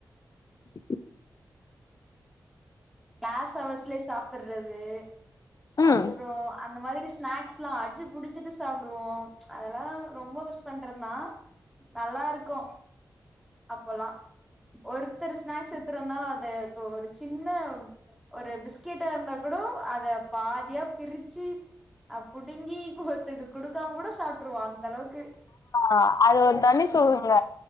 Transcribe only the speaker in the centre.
க்ளாஸ் ஹவர்ஸ்லயே சாப்பறது
அப்றோ அந்த மாரி ஸ்நாக்ஸ்ல்லா அச்சு புடிச்சிட்டு சாப்டுவோ அதெல்லா ரொம்ப மிஸ் பண்றந்தா நல்லாருக்கு அப்போல்லா ஒருத்தர் ஸ்நாக்ஸ் எட்த்துட்டு வந்தாலு அது இப்ப ஒரு சின்ன ஒரு பிஸ்கெட்டா இருந்தா கூடொ அத பாதியா பிரிச்சு அ புடுங்கி ஒருத்தருக்கு குடுக்காம கூட சாப்ட்ருவோ அந்தளவுக்கு